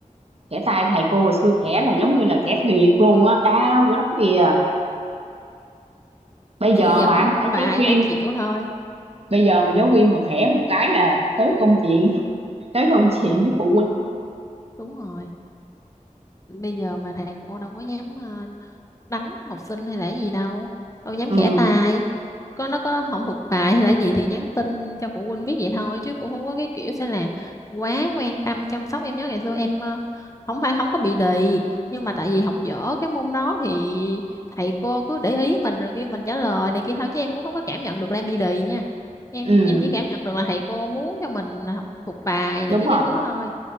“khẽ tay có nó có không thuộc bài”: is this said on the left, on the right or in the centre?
Left